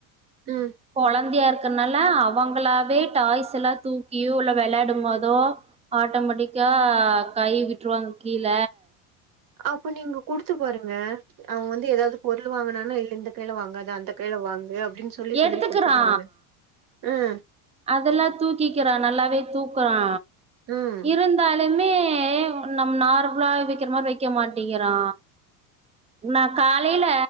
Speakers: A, on the right; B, on the right.
A: ம்
B: கொழந்தையா இருக்கனால அவுங்களாவே டாய்ஸ் எல்லா தூக்கியே உள்ள வெளாட மோதோ ஆட்டோமெட்டிக்கா கை விட்ருவாங்க கீழ
A: அப்போ நீங்க குடுத்து பாருங்க அவே வந்து ஏதாது பொருள் வாங்கனான்னா இல்ல இந்த கையில வாங்காத அந்த கையில வாங்கு அப்டின் சொ சொல்லி
B: எடுத்துக்கிறா
A: சொல்லி குடுத்து பாருங்க ம்
B: அதெல்லா தூக்கிக்கிறா நல்லாவே தூக்குறா
A: ம்,
B: இருந்தாலுமே நம்ம நார்மலாக வெக்கிற மாரி வக்க மாட்டிகிறா நா காலையில